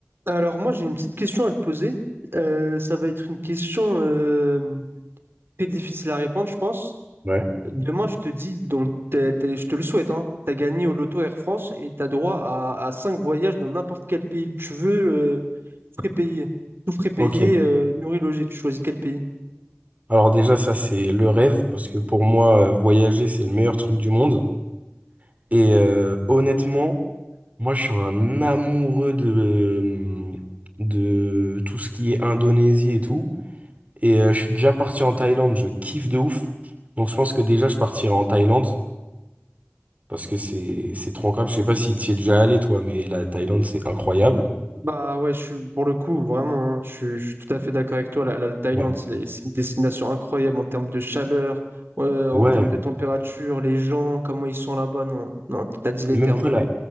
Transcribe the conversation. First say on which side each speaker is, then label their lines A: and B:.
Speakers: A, on the right (about 60°); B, on the right (about 35°).
A: Alors moi j'ai une petite question à te poser. Euh, ça va être une question euh, très difficile à répondre, je pense.
B: Ouais.
A: Demain, je te dis, donc t'es- t'es- je te le souhaite, hein, tu as gagné au loto Air France et tu as droit à, à 5 voyages dans n'importe quel pays que tu veux, euh, prépayé. Tout prépayé,
B: Ok.
A: euh, nourri, logé. Tu choisis quel pays?
B: Alors déjà, ça, c'est le rêve, parce que pour moi, euh, voyager, c'est le meilleur truc du monde. Et euh, honnêtement, moi, je suis un amoureux de, de tout ce qui est Indonésie et tout. Et euh, je suis déjà parti en Thaïlande, je kiffe de ouf. Donc je pense que déjà, je partirai en Thaïlande, parce que c'est c'est trop incroyable. Je sais pas si tu y es déjà allé, toi, mais la Thaïlande, c'est incroyable.
A: Bah ouais, je suis, pour le coup, vraiment, hein, je, suis je suis tout à fait d'accord avec toi. La, la Thaïlande,
B: Ouais.
A: c'est la- c'est une destination incroyable en termes de chaleur, euh, en
B: Ouais,
A: termes de température, les gens, comment ils sont là-bas. Non, non, t'as dit les
B: Et même,
A: termes
B: tu
A: là.
B: vois, la,